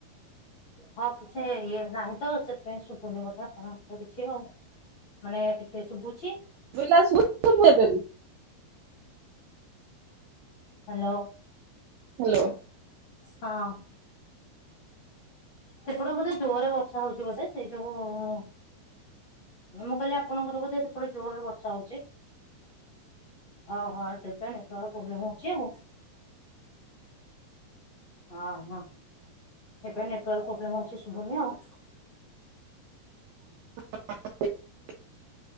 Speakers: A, on the left; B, on the right.
A: ହଁ କିଛି ଇଏ ନାହିଁ ତ ସେଥିପାଇଁ ଶୁଭୁନି ବୋଧେ ଆପଣଙ୍କ କିଛି ଆଉ ମାନେ ଟିକେ ଶୁଭୁ
B: <unintelligible> ଏବେବି
A: ହାଲୋ।
B: ହାଲୋ।
A: ହଁ। ସେପଟୁ ବୋଧେ ଜୋରେ ବର୍ଷା ହଉଛି ବୋଧେ ସେ ଯୋଉୁ ମୁଁ କହିଲି ଆପଣଙ୍କର ବୋଧେ ସେପଟେ ଜୋରରେ ବର୍ଷା ହଉଛି। ଓହୋ। ସେଥିପାଇଁ ନେଟୱର୍କ ପ୍ରୋବ୍ଲେମ ହଉଛି ଆଉ। ହଁ ହଁ। ଏପ ନେଟୱାର୍କ ପ୍ରୋବ୍ଲେମ ହଉଛି ଶୁଭୁନି ଆଉ।
B: <unintelligible>